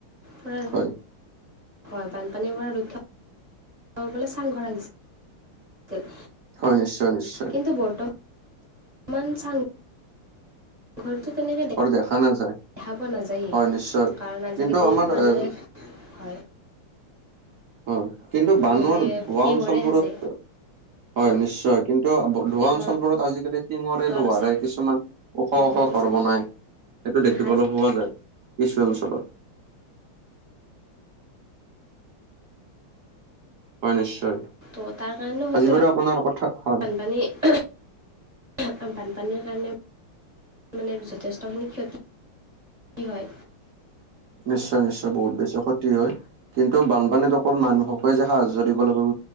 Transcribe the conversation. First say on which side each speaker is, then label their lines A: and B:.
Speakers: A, on the right (about 25°); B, on the right (about 70°).
A: <unintelligible> <unintelligible>
B: হয়
A: হয় বানপানী পৰা ৰক্ষা পাবলে চাংঘৰ সাজিছিল।
B: হয় নিশ্চয় নিশ্চয়।
A: কিন্তু বৰ্ত- মান চাং- ঘৰতো কেনেকে দে-
B: ঘৰ দেখা নাযায়।
A: দেখা পোৱা নাযায়েই।
B: হয় নিশ্চয়
A: কাৰণ আজিকালি
B: কিন্তু আমাৰ
A: মানুহে,
B: এ
A: হয়।
B: হয়। কিন্তু
A: মানুহে
B: বানৰ দুৱা
A: পকী
B: অঞ্চলবোৰত
A: ঘৰে সাজে
B: হয়
A: তো
B: নিশ্চয়। কিন্তু
A: পকী
B: ধুৱা
A: ঘৰটো
B: অঞ্চলবোৰত আজিকালি টিঙৰে
A: আৰু
B: লোহাৰে কিছুমান
A: চাংঘৰ
B: ওখ ওখ
A: হিচাপত
B: ঘৰ বনাই, সেইটো
A: নাসাজে
B: দেখিবলৈ পোৱা যায় কিছু অঞ্চলত। হয় নিশ্চয়।
A: ত' তাৰ কাৰণেও হয়তো
B: আজি বাৰু
A: বানপানী
B: আপোনাৰ কথা হয়
A: <unintelligible> <unintelligible> বানপানীৰ কাৰণ মানে যথেষ্টখিনি ক্ষতি হয়।
B: নিশ্চয় -নিশ্চয় বহুত বেছি ক্ষতি হয়। কিন্তু বানপানীত অকল মানুহক যে সাহায্য দিব লাগিব